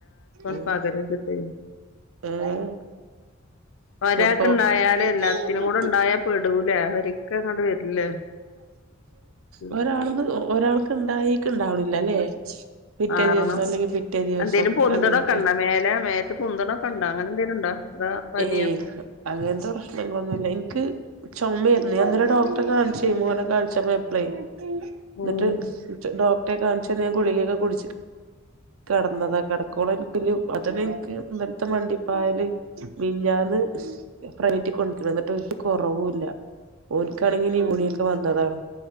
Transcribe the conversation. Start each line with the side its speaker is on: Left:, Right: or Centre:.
Right: ഉം
Left: പകരു ച്ച്ട്ടെയ്
Right: ആഹ്
Left: ഒരാൾക്ക്
Right: അപ്പൊ
Left: ഇണ്ടായാല്
Right: <unintelligible>
Left: എല്ലാത്തിനും
Right: പക്ഷേ
Left: കൂടെ ഉണ്ടായാ പെടൂലേ ഒരിക്ക അങ്ങോട്ട് വരില്ലേ ഉം.
Right: കാണുമ്പോ ഒരാൾക്ക് ഇണ്ടായേക്ക് ഇണ്ടാവണില്ലല്ലേ പിറ്റേ
Left: മാറണം
Right: ദിവസം അല്ലെങ്കി പിറ്റേ ദിവസം
Left: എന്തേലും പൊന്തണൊക്കെ
Right: അങ്ങനൊക്കെ
Left: ഇണ്ടാ മേലെ മേത്ത് പൊന്തണൊക്കെ ഇണ്ടാ അങ്ങനെ എന്തേലും ഇണ്ടാ അതാ പനിയോ
Right: ഏയ് ഹ് അങ്ങനത്തെ പ്രശ്നങ്ങളൊന്നുല്ല ഇൻക്ക് ചൊമേര്ന്നേ ഞാന് ഇന്നലെ ഡോക്ടറെ കാണിച്ച് മോനെ കാണിചപോ പ്ലെയ്
Left: ഉം
Right: ന്നട്ട് ഡോക്ടറെ കാണിച്ച് ഞാന് ഗുളികൊക്കെ കുടിച്ചി കെട്ന്നതാ കെടക്കോളം ഇൻക്ക് <unintelligible> ഇൻക്ക് ഇന്നല്ത്തെ മണ്ടിപ്പായല് മിനിഞ്ഞാന്ന് പ്രൈവറ്റി കൊണ്ട് വന്ന്ട്ട് ഒര് കൊറവുല്ല ഓനിക്കാണെങ്കി നീമോണിയൊക്കെ വന്നതാണ്